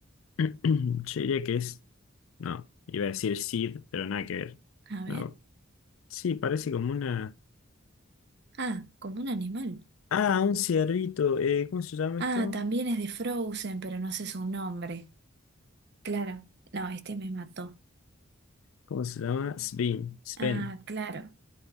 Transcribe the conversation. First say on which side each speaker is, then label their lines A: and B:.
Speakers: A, on the left; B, on the right.
A: <clears throat> yo diría que es. No, iba a decir Sid, pero nada que ver.
B: A ver.
A: No. Sí, parece como una.
B: Ah, como un animal.
A: Ah, un ciervito. eh, ¿cómo se llama
B: Ah,
A: esto?
B: también es de Frozen, pero no sé su nombre. Claro. No, este me mató.
A: ¿Cómo se llama? Sven. Sven.
B: Ah, claro.